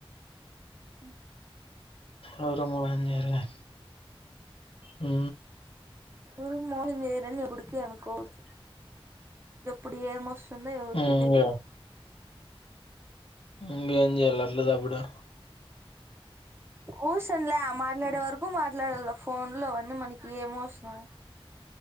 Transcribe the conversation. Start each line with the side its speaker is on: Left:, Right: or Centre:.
Right: అ
Left: ఎవరు మోసం చేయరుగా ఉ
Right: ఎవరు మోసం చేయరని ఎప్పటికీ అనుకోకూడదు, ఎప్పుడు ఏమొస్ అన్నది ఎవరికి
Left: ఇంగ
Right: తెలియదు.
Left: ఇంగేం చెయ్యాలే అట్లతప్పుడు.
Right: అవసరంలే మాట్లాడే వరకు మాట్లాడాల ఫోన్లో అవన్నీ మనకి ఏం అవసరం.